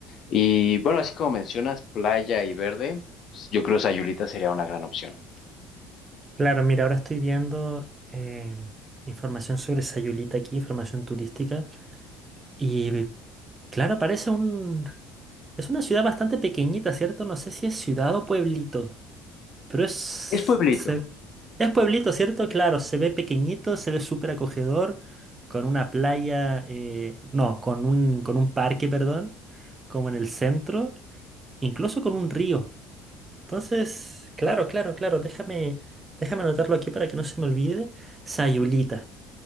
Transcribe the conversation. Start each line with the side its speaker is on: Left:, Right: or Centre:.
Left: Y bueno, así como mencionas, playa y verde, pues, yo creo Sayulita sería una gran opción.
Right: Claro, mira, ahora estoy viendo em, información sobre Sayulita aquí, información turística, y claro, parece un... Es una ciudad bastante pequeñita, ¿cierto? No sé si es ciudad o pueblito, pero es...
Left: Es pueblito.
Right: se- es pueblito, ¿cierto? Claro, se ve pequeñito, se ve súper acogedor, con una playa, eh, no, con un, con un parque, perdón, como en el centro, incluso con un río. Entonces, claro, claro, claro, déjame, déjame anotarlo aquí para que no se me olvide. Sayulita.